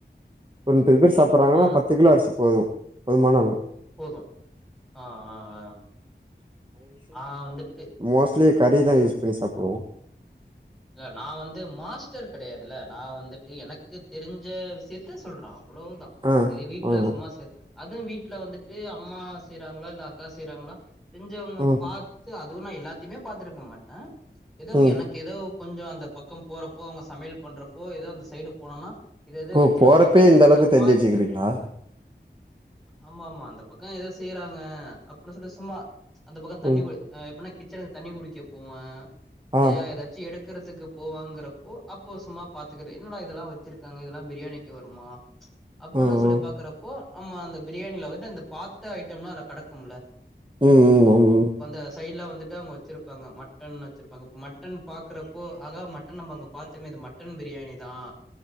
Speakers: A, on the right (about 25°); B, in the centre.
A: ஒரு பே சாப்பிடுறாங்கன்னா
B: ம்
A: பத்து கிலோ அரிசி போதும் போதுமான அளவு
B: போது ஆ ஆ ஆ நா வந்துட்டு
A: மோஸ்ட்லி கறி தான் யூஸ் பண்ணி சாப்பிடுவோம்
B: இல்ல நான் வந்து மாஸ்டர் கிடையாதுல்ல நான் வந்துட்டு எனக்கு தெரிஞ்ச விஷயத்த சொல்றேன் அவ்வளவுதான்
A: ஆ
B: இது வீட்டுல
A: ஆ
B: சும்மா சே அதுவும் வீட்டுல வந்துட்டு அம்மா செய்யறாங்களா இல்ல அக்கா செய்யறாங்களா செஞ்சவங்க
A: ம்
B: பார்த்து அ அது நான் எல்லாத்தையுமே பார்த்தருக்க மாட்டேன் ஏதோ
A: ம்
B: எனக்கு ஏதோ கொஞ்சம் அந்த பக்கம் போறப்போ அவங்க சமையல் பண்றப்போ ஏதோ அந்த சைடு போனோம்னா இது எது
A: ஓ
B: வச்சிருப்பாங்க
A: போறப்பே இந்த அளவுக்கு
B: அத
A: தெரிஞ்சு
B: பாத்
A: வச்சுக்கிறீங்களா.
B: ஆமா ஆமா அந்த பக்கம் ஏதோ செய்யறாங்க அப்புடின்னு சொல்லி சும்மா. அந்த பக்கம் தண்ணி்
A: ம்
B: எப்படினா கிச்சனுக்கு தண்ணி குடிக்க போமா. இல்லையா
A: ஆ
B: ஏதாச்சு எடுத் இருக்கறிதுக்கு போவாங்கிறப்போ அப்போ சும்மா பாத்துக்கற என்னடா இதெல்லாம் வச்சிருக்காங்க இதெல்லாம் பிரியாணிக்கு வருமா. அப்படின்னு
A: ம்
B: சொல்லி பாக்குறப்போ. ஆமா அந்த பிரியாணில வந்து அந்த பாத்த ஐட்டம்லாம் அதுல கிடக்கும்ல.
A: ம் ம் ம் ம் ம்
B: அந்த சைட் புலா வந்துட்டு அவங்க வச்சிருப்பாங்க மட்டன் வச்சிருப்பாங்க இப்போ மட்டன் பார்க் இருகிறப்போ ஆகா மட்டன் நம்ம அங்க பாத்ததுமே இது மட்டன் பிரியாணி தான்.